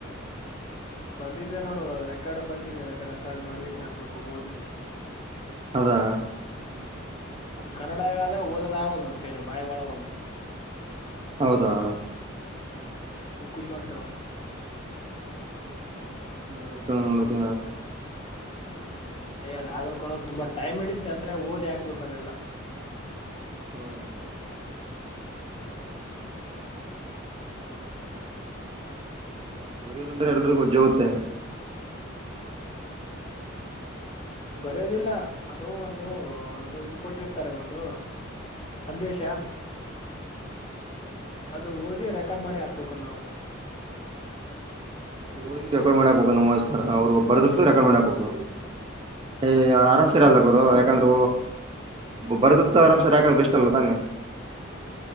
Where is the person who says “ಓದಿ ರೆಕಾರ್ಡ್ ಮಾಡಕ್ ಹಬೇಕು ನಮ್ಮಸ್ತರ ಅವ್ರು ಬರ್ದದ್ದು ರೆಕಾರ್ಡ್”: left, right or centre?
Right